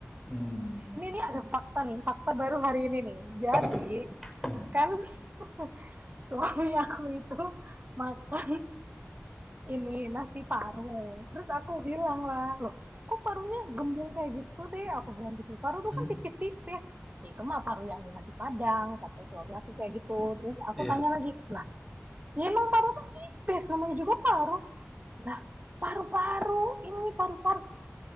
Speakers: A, in the centre; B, on the right.
A: Hmm.
B: Ini ini ada fakta nih, fakta baru hari ini nih. Jadi
A: Apa tuh? Hmm.
B: kan <laughs> suami aku itu makan ini nasi paru. Terus aku bilang lah, loh kok parunya gembung kayak gitu sih? Aku bilang gitu. Paru tuh
A: Mhm.
B: kan tipis-tipis. "Ya, itu mah paru yang di nasi Padang, kata suami aku kayak gitu. Terus aku
A: Iya,
B: tanya lagi, lah, ya emang paru kan tipis, namanya juga paru. Lah, paru-paru, ini paru-paru.